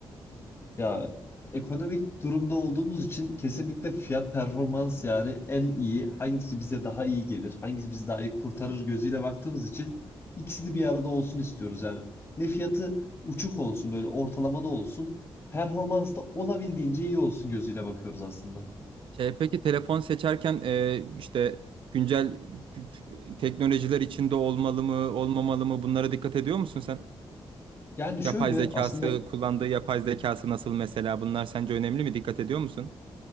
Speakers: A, on the left; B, on the right.
A: Ya ekonomik durumda olduğumuz için kesinlikle fiyat performans yani en iyi hangisi bize daha iyi gelir, hangisi bizi daha iyi kurtarır gözüyle baktığımız için ikisini bir arada olsun istiyoruz yani. Ne fiyatı uçuk olsun böyle ortalamada olsun, performans da olabildiğince iyi olsun gözüyle bakıyoruz aslında.
B: Şey, peki telefon seçerken e, işte güncel teknolojiler içinde olmalı mı, olmamalı mı bunlara dikkat ediyor musun sen?
A: Yani şöyle
B: Yapay zekası,
A: aslında
B: kullandığı yapay zekası nasıl mesela bunlar sence önemli mi? Dikkat ediyor musun?